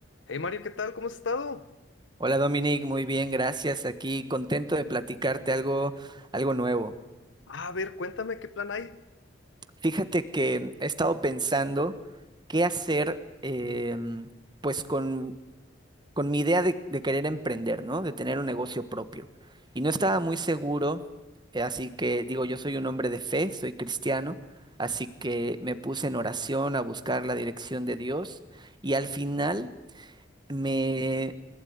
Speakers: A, on the left; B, on the right.
A: Hey Mario, ¿qué tal? ¿Cómo has estado?
B: Hola Dominic, muy bien, gracias. Aquí contento de platicarte algo, algo nuevo.
A: Ah, A ver, cuéntame qué plan hay.
B: Fíjate que he estado pensando qué hacer, em, pues con, con mi idea de, de querer emprender, ¿no? De tener un negocio propio. Y no estaba muy seguro, eh, así que digo, yo soy un hombre de fe, soy cristiano, así que me puse en oración a buscar la dirección de Dios y al final me